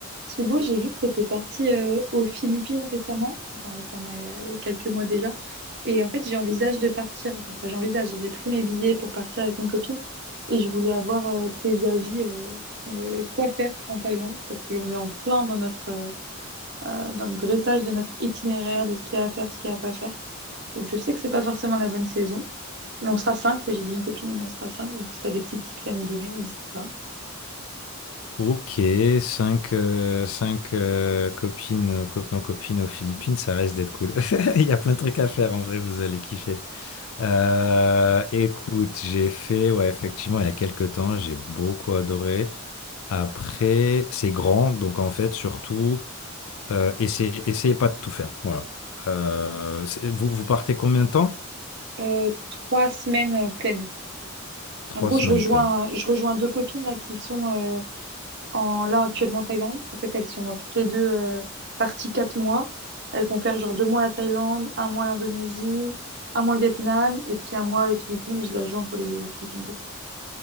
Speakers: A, on the right; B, on the left.
A: Thibaut, j'ai vu que tu étais parti euh, aux Philippines récemment, enfin récemment, il y a il y a quelques mois déjà. Et en fait, j'envisage de partir, enfin, c'est pas j'envisage, j'ai pris mes billets pour partir avec une copine et je voulais avoir euh, tes avis, euh, euh, quoi faire en Thaïlande, parce qu'on est en plein dans notre, euh, euh, dans le dressage de notre itinéraire, de ce qu'il y a à faire, ce qu'il y a à pas faire. Donc, je sais que c'est pas forcément la bonne saison, mais on sera cinq, oui, j'ai dit une copine, mais on sera cinq. Donc, si tu as des petits tips à nous donner, n'hésite pas.
B: Ok, 5 cinq euh, copines, euh, copains, copines aux Philippines, ça reste d'être cool. <laughs> Il y a plein de trucs à faire, en vrai, vous allez kiffer. Euh, écoute, j'ai fait, ouais, effectivement, il y a quelques temps, j'ai beaucoup adoré. Après, c'est grand, donc en fait, surtout, euh, essayez, essayez pas de tout faire. Voilà. Euh, c'est- vous, vous partez combien de temps?
A: euh, trois semaines euh, pleines.
B: Trois
A: En gros,
B: semaines
A: je rejoins,
B: pleines.
A: je rejoins deux copines là qui sont euh, en là actuellement en Thaïlande. En fait, elles sont euh, toutes les deux euh, parties quatre mois. Elles vont faire genre deux mois la Thaïlande, un mois l'Indonésie, un mois le Vietnam et puis un mois les Philippines. Et je les rejoins pour les Philippines. du